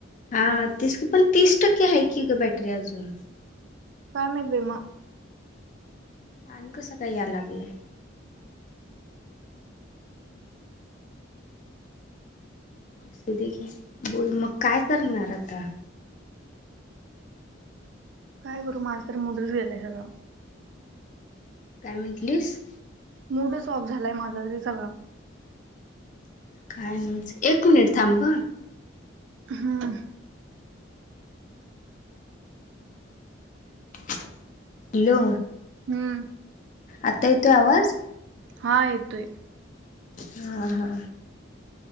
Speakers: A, on the left (about 40°); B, on the right (about 70°).
A: हा तीस की पण तीस टक्के हा की गं बॅटरी अजून.
B: काय माहित बाई म.
A: आणि कसं काही याय लागलंय. असुदे की बोल मगं काय करणार आता?
B: काय करू माझं तर मुडच गेलाय सगळा.
A: काय म्हटलीस.
B: मूडच ऑफ झालाय माझा तरी सगळा.
A: काय एक मिनिट थांब.
B: हम्म.
A: हॅलो!
B: हम्म.
A: आता येतोय आवाज?
B: हा येतोय.
A: हा हा.